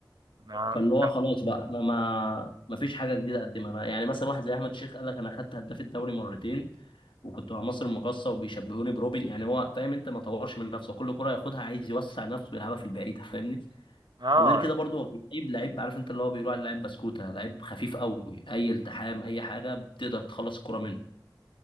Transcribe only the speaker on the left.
فاللي هو
خلاص بقى أنا ما ما فيش حاجة جديدة أقدمها أنا يعني مثلا واحد زي أحمد الشيخ قال لك أنا خدت هداف الدوري مرتين وكنت مع مصر المقاصة وبيشبهوني بروبن يعني هو فاهم أنت ما طورش من نفسه كل كرة ياخدها عايز يوسع نفسه ويلعبها في البعيدة فاهمني
وغير كده برضو هو لعيب لعيب عارف انت اللي هو بيقولوا عليه لعيب بسكوته لعيب خفيف قوي اي التحام اي حاجه بتقدر تخلص الكره منه